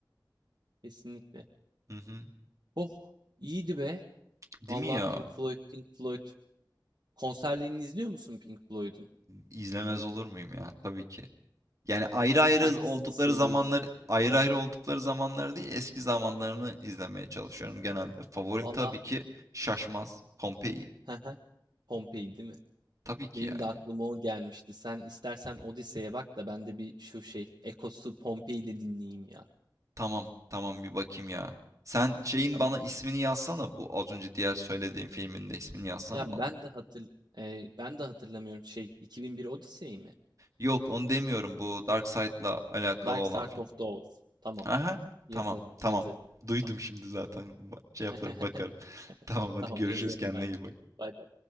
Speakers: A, on the right; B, on the right.
A: kesinlikle.
B: Hı hı.
A: Oh, iyiydi be.
B: Değil
A: Vallahi
B: mi ya?
A: Pink Floyd, Pink Floyd. Konserlerini izliyor musun Pink Floyd'un?
B: İzlemez olur muyum ya? Tabii ki. Yani ayrı ayrı
A: Hangisini
B: oldukları
A: seviyorsun?
B: zamanlar, ayrı ayrı oldukları zamanlar değil, eski zamanlarını izlemeye çalışıyorum genelde. Favorim
A: Vallahi,
B: tabii ki Şaşmaz, Pompei
A: hı hı. Pompei değil mi?
B: tabii ki
A: Benim
B: yani.
A: de aklıma o gelmişti. Sen istersen Odise'ye bak da ben de bir şu şey Ekos'u Pompei'yi de dinleyeyim ya.
B: Tamam, tamam bir bakayım ya. Sen şeyin
A: Tamam.
B: bana ismini yazsana bu az önce diğer söylediğim filmin de ismini yazsana
A: Ya ben
B: bana.
A: de hatır e, ben de hatırlamıyorum şey 2001 Odise'yi mi?
B: Yok onu demiyorum bu Dark Side'la alakalı
A: Dark
B: olan
A: Side
B: film.
A: of the Oz. Tamam.
B: Aha
A: Yazarım,
B: tamam tamam.
A: yazarım.
B: Duydum
A: Tamam.
B: şimdi zaten. Ba- Şey
A: <laughs>
B: yaparım bakarım. <laughs> Tamam hadi
A: Tamam
B: görüşürüz
A: yazarım
B: kendine
A: ben.
B: iyi bak.
A: Bay bay.